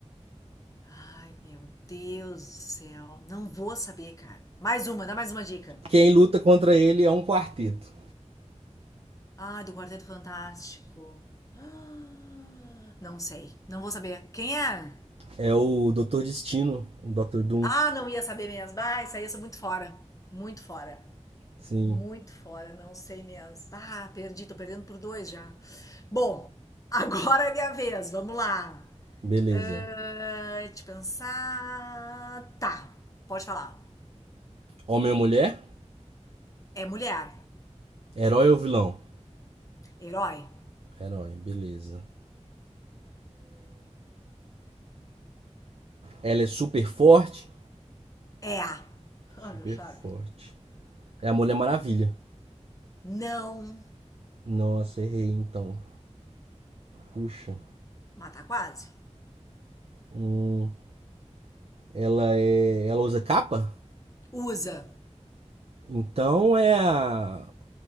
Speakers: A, on the left; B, on the right.
A: Ai, meu Deus do céu. Não vou saber, cara. Mais uma, dá mais uma dica.
B: Quem luta contra ele é um quarteto.
A: Ah, do Quarteto Fantástico. <gasps> Ah, Não sei. Não vou saber. Quem é?
B: É o Dr. Destino, o Dr. Doom.
A: Ah, não ia saber mesmo. Ah, isso aí eu sou muito fora. Muito fora.
B: Sim,
A: Muito fora, não sei mesmo. Ah, perdi, tô perdendo por dois já. Bom, <laughs> agora é minha vez, vamos lá.
B: beleza.
A: Ah, deixa eu pensar. Tá, pode falar.
B: Homem ou mulher?
A: É mulher.
B: Herói ou vilão?
A: Herói.
B: Herói, beleza. Ela é super forte?
A: É a. <laughs>
B: Super
A: Ah, já sabe.
B: forte. É a Mulher Maravilha.
A: Não.
B: Nossa, errei então. Puxa.
A: Mata quase.
B: Hum, ela é. Ela usa capa?
A: Usa.
B: Então é a,